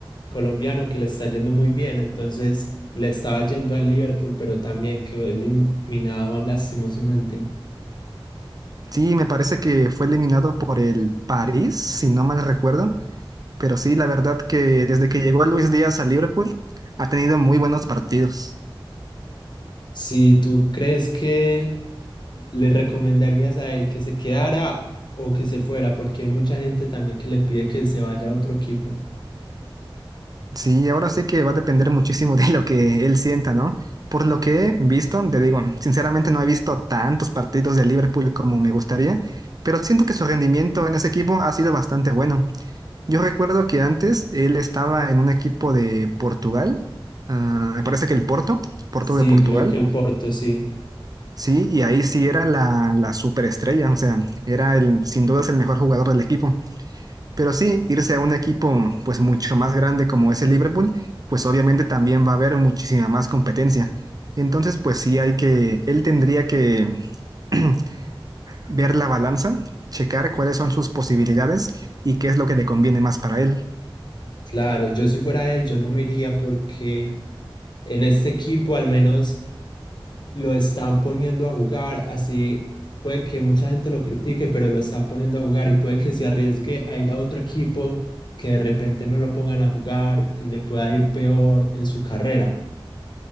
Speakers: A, on the left (about 55°); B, on the right (about 45°).
A: colombiano que le está yendo muy bien, entonces le estaba yendo al Liverpool, pero también quedó eliminado lastimosamente.
B: Sí, me parece que fue eliminado por el París, si no mal recuerdo. Pero sí, la verdad que desde que llegó Luis Díaz a Liverpool, ha tenido muy buenos partidos.
A: Si tú crees que le recomendarías a él que se quedara o que se fuera, porque hay mucha gente también que le pide que se vaya a otro equipo.
B: Sí, ahora sí que va a depender muchísimo de lo que él sienta, ¿no? Por lo que he visto, te digo, sinceramente no he visto tantos partidos de Liverpool como me gustaría, pero siento que su rendimiento en ese equipo ha sido bastante bueno. Yo recuerdo que antes él estaba en un equipo de Portugal, ah, me parece que el Porto, Porto
A: Sí,
B: de Portugal,
A: creo que el Porto, sí.
B: sí, y ahí sí era la, la superestrella, o sea, era el, sin duda es el mejor jugador del equipo. Pero sí, irse a un equipo pues mucho más grande como es el Liverpool, pues obviamente también va a haber muchísima más competencia. Entonces, pues sí hay que, él tendría que <clears throat> ver la balanza, checar cuáles son sus posibilidades y qué es lo que le conviene más para él.
A: Claro, yo si fuera él, yo no me iría porque en este equipo al menos lo están poniendo a jugar, así puede que mucha gente lo critique, pero lo están poniendo a jugar y puede que se arriesgue a ir a otro equipo que de repente no lo pongan a jugar y le pueda ir peor en su carrera.